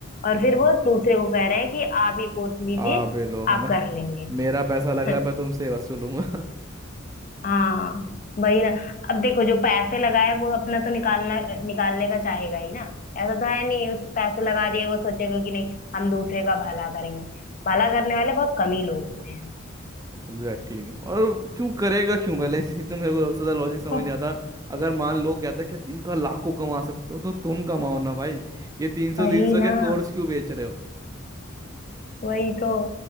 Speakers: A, on the left; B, on the right.
A: और
B: हम्म।
A: फिर वो दूसरे को कह रहे हैं कि आप ये कोर्स लीजिए
B: आ बेलो हमला
A: आप कर लेंगे
B: मेरा पैसा लगा
A: <laughs>
B: मैं तुमसे वसूलूंगा
A: हाँ वही ना अब देखो जो पैसे लगाए वो अपना तो निकालना निकालने का चाहेगा ही ना ऐसा तो है नहीं उस पैसे लगा दिए वो सोचेगा कि नहीं हम दूसरे का भला करेंगे भला करने वाले बहुत कम ही लोग होते हैं
B: Exactly exactly. और क्यों करेगा क्यों पहले इसी तो मेरे को सबसे ज्यादा लॉजिक समझ
A: <laughs> हो,
B: नहीं आता अगर मान लो क्या था कि दिन का लाखों कमा सकते हो तो तुम कमाओ ना भाई ये तीन सौ
A: वही
B: तीन सौ
A: ना
B: के कोर्स क्यों बेच रहे हो
A: वही तो